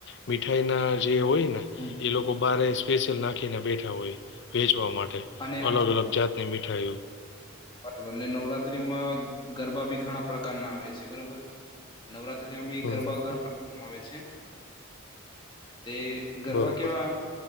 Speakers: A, on the left; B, on the left.
A: મીઠાઈ ના જે હોય ને
B: હમ
A: એ લોક કો બારે સ્પેશિયલ નાખીને બેઠા હોય વેચવા માટે
B: અને
A: અલગ અલગ જાતની મીઠાઈઓ
B: બરને નવરાત્રીમાં ગરબા બી ઘણા પ્રકાર ના આવે છે બરોબર નવરા ત્રીમાં બી
A: હમ
B: ગરબા ઘણા પ્રકાર આવે છે તે ગરબા
A: બરોબર
B: કેવા